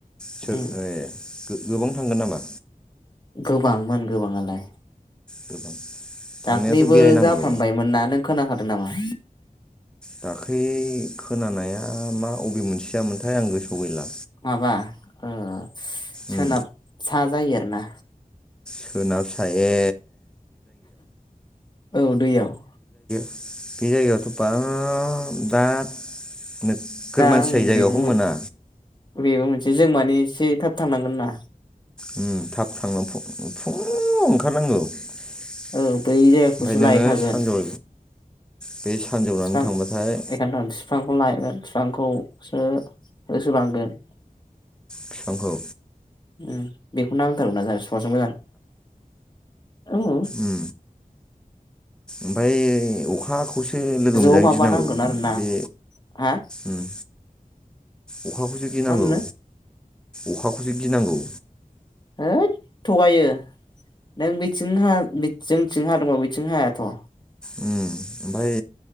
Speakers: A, in the centre; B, on the left.
A: सोर
B: उम
A: ए गो गोबां थांगोन नामा
B: गोबांमोन गोबाङालाय
A: गोबां थांनायाथ'
B: दाख्लैबो
A: बेरायनांगौ
B: जाफ्रामबायमोन ना नों खोनाखादों नामा
A: दाख्लै खोनानाया मा अबे मोनसेया मोनथाय आं गोसोआव गैला
B: माबा ओ सोनाब
A: उम
B: सा जायो आरोना
A: सोनाब सा ए
B: औ दैयाव
A: बे जायगायाव थ' बाब दा नोगोर
B: दा
A: मानसि
B: आं
A: जायो जायगाखौनो
B: बेबो
A: मोना
B: बेबो मोनसे जों माने एसे थाब थांनांगोन ना
A: उम थाब थांनो फ फुुंआव ओंखारनांगौ ओमफाय
B: औ बै जायगाखौसो
A: नोङो
B: लायैखागोन
A: सानजौ बे सानजौनानै
B: बिफां
A: थांबाथाय
B: एखौथन बिफांखौ लागोन। बिफांखौसो होसो बांगोन।
A: बिफांखौ।
B: उम बेखौनो नांथारगौ ना जोंहा बिफांआसो मोजां। ओं।
A: उम ओमफाय अखा खौसो एसे लोगो
B: ज'
A: मोनजानो
B: माबानांगोन
A: गिनांगौ उम
B: आरोना
A: बे
B: हा
A: उम। अखाखौसो गिनांगौ।
B: मा होनो
A: अखाखौसो गिनांगौ।
B: हैद थगायो नों बेथिं हा बेथि जोंथि हादोंब बेथिं हायाथ'।
A: ओ ओमफ्राय।